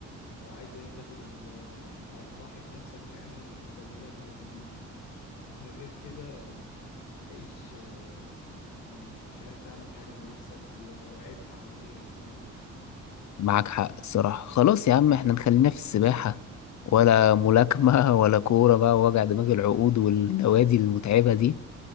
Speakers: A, on the left; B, on the left.
A: لو عايز يعني تاخد ال لو عايز تضحي بنفسك يعني يبقى الملاكمة دي ليك <laughs> انما غير كده هتعيش آه، يعني مش عارف تعمل حاجة لنفسك و- وعبء على غيرك فاهم قصدي
B: معاك حق الصراحة خلاص يا عم احنا نخلينا في السباحة ولا ملاكمة <laughs> ولا كورة بقى ووجع دماغ العقود والنوادي المتعبة دي